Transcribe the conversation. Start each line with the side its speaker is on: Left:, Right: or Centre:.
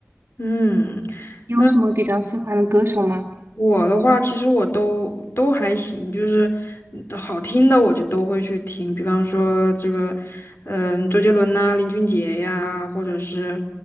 Left: 嗯。
Right: 你有什么比较喜欢的歌手吗？
Left: 嗯我的话，其实我都都还行，就是嗯好听的我就都会去听，比方说这个，嗯，周杰伦呐、林俊杰呀，或者是，